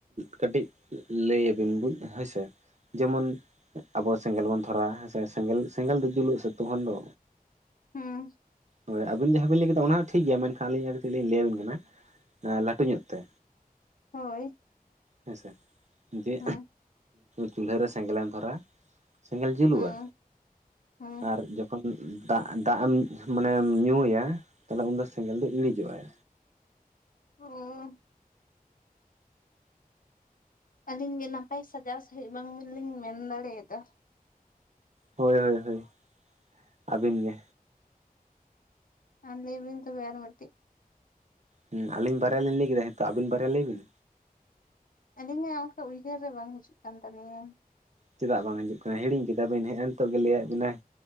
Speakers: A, on the right; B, on the left.
A: ᱠᱟᱹᱴᱤᱡ ᱞᱟᱹᱭᱟᱵᱤᱱ ᱦᱚᱭᱥᱮ ᱡᱮᱢᱚᱱ ᱟᱵᱚ ᱥᱮᱸᱜᱮᱞ ᱵᱚᱱ ᱫᱷᱚᱨᱟᱣᱟ ᱦᱮ ᱥᱮᱸ ᱥᱮᱸᱜᱮᱞ ᱫᱚ ᱡᱩᱞᱩᱜ ᱥᱮ ᱛᱚᱠᱷᱚᱱ ᱫᱚ
B: ᱦᱩᱸ
A: ᱦᱳᱭ ᱟᱹᱵᱤᱱ ᱡᱟᱦᱟᱸ ᱵᱤᱱ ᱞᱟᱹᱭ ᱠᱮᱫᱟ ᱚᱱᱟ ᱦᱚᱸ ᱴᱷᱤᱠ ᱜᱮᱭᱟ ᱢᱮᱱᱠᱷᱟᱱ ᱟᱹᱞᱤᱧ ᱠᱟᱹᱴᱤᱡ ᱞᱤᱧ ᱞᱟᱹᱭᱟᱵᱤᱱ ᱠᱟᱱᱟ ᱦᱮᱸ ᱞᱟᱹᱴᱩ ᱧᱚᱜ ᱛᱮ
B: ᱦᱳᱭ
A: ᱦᱮᱸᱥᱮ ᱡᱮ
B: ᱦᱮᱸ
A: ᱪᱩᱞᱦᱟᱹ ᱨᱮ ᱥᱮᱸᱜᱮᱞ ᱮᱢ ᱫᱷᱚᱨᱟ ᱥᱮᱸᱜᱮᱞ ᱡᱩᱞᱩᱜᱼᱟ
B: ᱦᱮᱸ ᱦᱮᱸ
A: ᱟᱨ ᱡᱚᱠᱷᱚᱱ ᱫᱟᱜ ᱫᱟᱜ ᱮᱢ ᱢᱟᱱᱮᱢ ᱧᱩᱭᱟ ᱛᱟᱵᱮ ᱩᱱ ᱫᱚ ᱥᱮᱸᱜᱮᱞ ᱫᱚᱭ ᱤᱬᱤᱡᱚᱜᱟᱭ
B: ᱚ <unintelligible> ᱟᱹᱞᱤᱧ ᱜᱮ ᱱᱟᱯᱟᱭ ᱥᱟᱡᱟᱣ ᱥᱟᱺᱦᱤᱡ ᱵᱟᱝ ᱞᱤᱧ ᱢᱮᱱ ᱫᱟᱲᱮᱭᱟᱫᱟ
A: ᱦᱳᱭ ᱦᱳᱭ ᱦᱳᱭ ᱟᱹᱵᱤᱱ ᱜᱮ
B: ᱟᱨ ᱞᱟᱹᱭᱵᱤᱱ ᱛᱚᱵᱮ ᱟᱨ ᱢᱤᱫᱴᱤᱜ
A: ᱦ ᱟᱞᱤᱧ ᱵᱟᱨᱭᱟ ᱞᱤᱧ ᱧᱟᱹᱭ ᱠᱮᱫᱟ ᱱᱤᱛᱳ ᱟᱵᱤᱱ ᱵᱟᱨᱭᱟ ᱞᱟᱹᱭ ᱵᱤᱱ
B: ᱟᱹᱞᱤᱧᱟᱜ ᱚᱱᱠᱟ ᱩᱭᱦᱟᱹᱨ ᱨᱮ ᱵᱟᱝ ᱦᱤᱡᱩᱜ ᱠᱟᱱ ᱛᱟᱹᱞᱤᱧᱟ
A: ᱪᱮᱫᱟᱜ ᱵᱟᱝ ᱦᱤᱡᱩᱜ ᱠᱟᱱᱟ ᱦᱤᱲᱤᱧ ᱠᱮᱫᱟ ᱵᱤᱱ ᱦᱮᱸ ᱮ ᱱᱤᱛᱚᱜ ᱜᱮ ᱞᱟᱹᱭᱟᱫ ᱵᱤᱱᱟᱭ